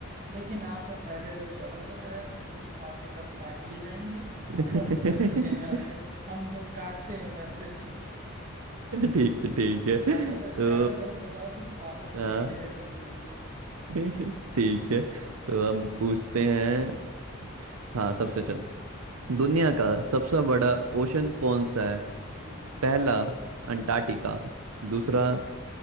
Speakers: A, on the right (about 35°); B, on the right (about 80°).
A: लेकिन आपने पहले गलत बताया तो आपके दस काट लिए जाएंगे
B: <laughs>
A: अब दस रुपए बचे हैं आपके हम वो काटते हैं पैसे <laughs>
B: ठीक है ठीक है
A: ज्यादा ग-
B: तो
A: ज्यादा गलत बताओगे तो वापस
B: हाँ
A: लेने लगेंगे तुमसे
B: <laughs> ठीक है
A: हाँ
B: तो हम पूछते हैं हाँ सबसे चल दुनिया का सबसे
A: हाँ
B: बड़ा ओशन कौन सा है
A: हाँ
B: पहला
A: हाँ
B: अंटार्कटिका
A: हाँ
B: दूसरा